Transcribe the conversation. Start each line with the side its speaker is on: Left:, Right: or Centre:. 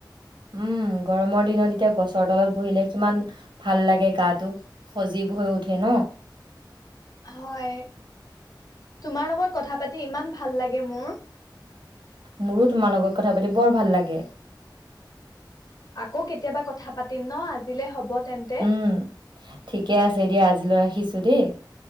Right: উম গৰমৰ দিনত এতিয়া গছৰ তলত বহিলে কিমান ভাল লাগে গাটো সজীৱ হৈ উঠে ন'।
Left: হয়, তোমাৰ লগত- কথা পাতি ইমান ভাল লাগে মোৰ।
Right: মোৰো তোমাৰ লগত কথা পাতি বৰ ভাল লাগে।
Left: আকৌ কেতিয়াবা কথা পাতিম ন আজি- দিলে হ'ব তেন্তে
Right: উম্ ঠিকে আছে দিয়া আজিলৈ ৰাখিছো দেই।